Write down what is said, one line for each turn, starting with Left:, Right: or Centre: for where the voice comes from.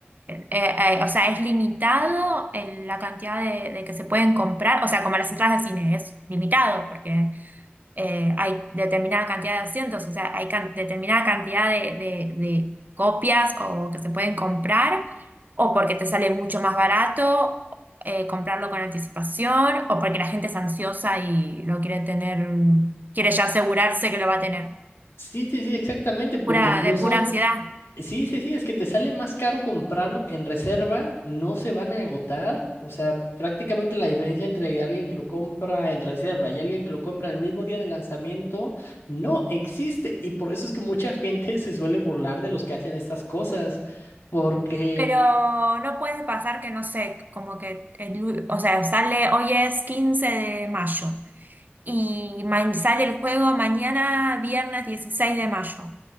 Right: eh, eh, o sea, ¿es limitado el- la cantidad de, de que se pueden comprar? O sea, como las entradas de cine, es limitado porque eh, hay determinada cantidad de asientos, o sea, hay can- determinada cantidad de, de- de copias o que se pueden comprar, o porque te sale mucho más barato eh, comprarlo con anticipación, o porque la gente es ansiosa y lo quiere tener, quiere ya asegurarse que lo va a tener.
Left: Sí, sí, sí, exactamente, porque
Right: Pura,
Left: incluso
Right: de pura ansiedad.
Left: Sí, sí, sí, es que te sale más caro comprarlo en reserva, no se van a agotar, o sea, prácticamente la diferencia entre alguien que lo compra en reserva y alguien que lo compra el mismo día de lanzamiento no existe y por eso es que mucha gente <laughs> se suele burlar de los que hacen estas cosas, porque
Right: Pero no puede pasar que, no sé, como que, el lu- o sea, sale, hoy es 15 de mayo y ma- sale el juego mañana, viernes 16 de mayo.